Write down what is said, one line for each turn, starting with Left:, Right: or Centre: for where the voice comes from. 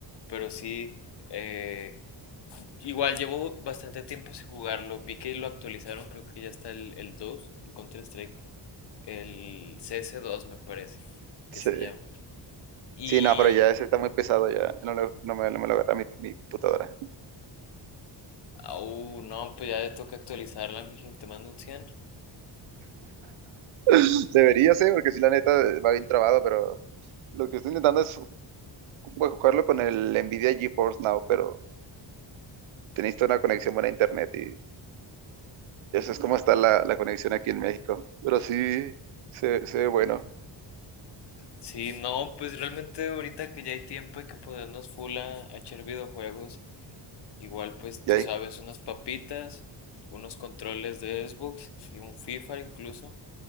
Left: pero sí, eh, igual llevo bastante tiempo sin jugarlo, vi que lo actualizaron, creo que ya está el, el 2 el Counter Strike, el CS2 me parece que
Right: Sí.
Left: se llama. Y,
Right: Sí, no, pero ya ese está muy pesado ya. No, lo- no me, no me lo agarra mi, mi computadora.
Left: uh, no, pues ya le toca actualizarla, mi gente, te mando un cien
Right: <laughs> Debería ser, porque sí, la neta va bien trabado, pero lo que estoy intentando es ju- jugarlo con el Nvidia GeForce Now, pero tenéis toda una conexión buena a internet y eso es como está la, la conexión aquí en México. Pero sí, se, se ve bueno.
Left: Sí, no, pues realmente ahorita que ya hay tiempo hay que ponernos full a, a echar videojuegos. Igual, pues
Right: Y
Left: tú
Right: ahí,
Left: sabes, unas papitas, unos controles de Xbox y un FIFA incluso.